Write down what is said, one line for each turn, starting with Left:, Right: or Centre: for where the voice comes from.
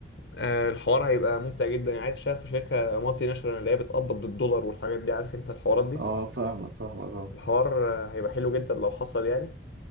Left: آه، الحوار هيبقى ممتع جدا يعني عايز اشتغل في شركه مالتي ناشونال اللي هي بتقبض بالدولار والحاجات دي عارف انت الحوارات دي
Right: اه فاهمك فاهمك اه
Left: الحوار آه، هيبقى حلو جدا لو حصل يعني